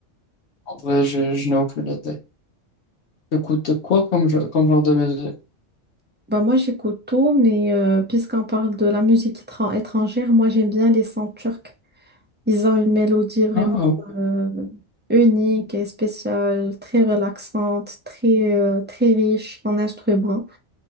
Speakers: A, on the left; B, on the right.
A: En vrai, je, je n'ai aucune idée. Écoute quoi comme, je- comme genre de musique?
B: Bah moi j'écoute tout, mais euh, puisqu'on parle de la musique étran- étrangère, moi j'aime bien les sons turcs. Ils ont une mélodie vraiment
A: Ah, ok.
B: euh, unique et spéciale, très relaxante, très euh, très riche en instruments.